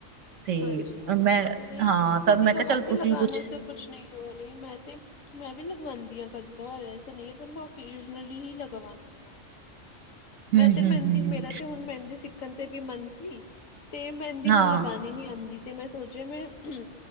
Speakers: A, on the right; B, on the left.
A: ਤੇ
B: ਹਾਂਜੀ
A: ਮੈਂ
B: ਨਹੀਂ
A: ਹਾਂ ਤਾਂ
B: ਕਦੀ
A: ਮੈਂ
B: ਕਵਾਰ
A: ਕਿਹਾ ਚੱਲ
B: ਤੇ
A: ਤੁਸੀਂ
B: ਲਗਾਣਾ
A: ਵੀ ਕੁੱਛ
B: ਸੇ ਕੁਛ ਨਹੀਂ ਉਹ ਨਹੀਂ ਮੈਂ ਤੇ ਮੈਂ ਵੀ ਲਗਵਾਉਂਦੀ ਹਾਂ ਕਦੀ ਕਦੀ ਐਸ ਨਹੀਂ ਪਰ ਮੈਂ ਓਕੀਜਨਲੀ ਹੀ ਲਗਵਾਉਂਦੀ ਹਾਂ।
A: ਹਮ
B: ਮੈਂ
A: ਹਮ
B: ਤੇ ਮਹਿੰਦੀ
A: ਹਮ ਹਮ
B: ਮੇਰਾ ਤੇ ਹੁਣ ਮਹਿੰਦੀ ਸਿੱਖਣ ਤੇ ਵੀ ਮਨ ਸੀ ਤੇ ਮਹਿੰਦੀ
A: ਹਾਂ
B: ਮਨ ਲਗਾ ਨਹੀ ਨਹੀ ਆਉਂਦੀ ਤੇ ਮੈਂ ਸੋਚਿਆ ਮੈਂ ਹ